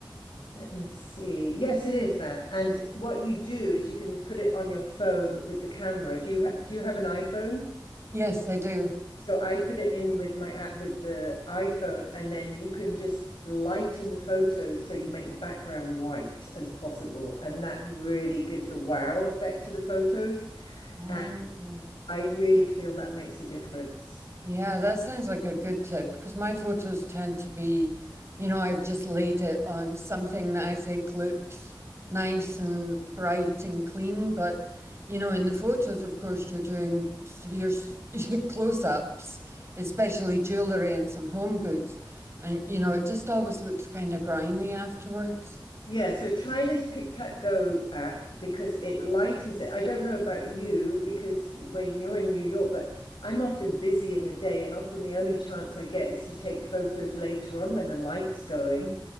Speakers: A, on the left; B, on the right.
A: Let me see. Yes, it is that. And what you do is you can put it on your phone with the camera. Do you have do you have an iPhone?
B: Yes, I do.
A: So I put it in with my app with the iPhone, and then you can just lighten the photos so you make the background white as possible. And that really gives a wow effect to the photos.
B: Oh.
A: And I really feel that makes a difference.
B: Yeah, that sounds like a good tip because my photos tend to be, you know, I've just laid it on something that I think looks nice and bright and clean. But, you know, in the photos, of course, you're doing severe s- <laughs> close-ups, especially jewelry and some home goods. And, you know, it just always looks kind of grimy afterwards.
A: Yeah, so try this PicTac Go app because it lightens it. I don't know about you because when you're in New York, but I'm often busy in the day, and often the only chance I get is to take photos later on when the light's going